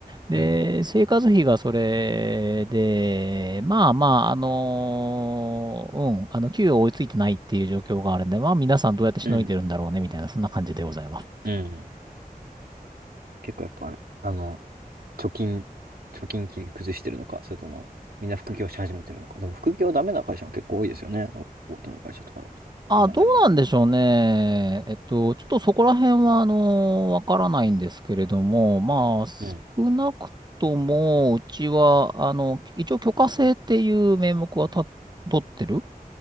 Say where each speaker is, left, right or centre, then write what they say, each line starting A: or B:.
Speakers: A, on the right (about 30°); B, on the right (about 75°).
A: で、
B: うん。
A: 生活費がそれで、まあまあ、あのーうん、あの、給与追いついてないっていう状況があるんで、まあ皆さんどうやってしのいでるんだろうね、
B: うん、
A: みたいな、そんな感じでございます。
B: うん。うん結構やっぱあれ、あの、貯金、貯金切り崩してるのか、それとも、みんな副業し始めてるのか。でも副業ダメな会社も結構多いですよね。お大手の会社とかだと、
A: あ、
B: いまだに。
A: どうなんでしょうね。えっと、ちょっとそこら辺は、あのーわからないんですけれども、まあ、
B: うん。
A: 少なくとも、うちは、あの、一応許可制っていう名目はた取ってる